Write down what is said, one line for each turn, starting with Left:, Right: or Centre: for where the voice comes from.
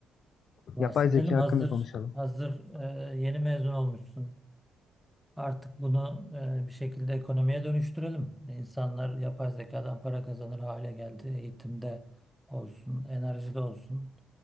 Centre: Bahsedelim.
Left: Yapay zeka hakkında
Centre: Hazır
Left: konuşalım.
Centre: hazır e, yeni mezun olmuşsun. Artık bunu e, bir şekilde ekonomiye dönüştürelim. İnsanlar yapay zekadan para kazanır hale geldi. Eğitimde olsun, enerjide olsun.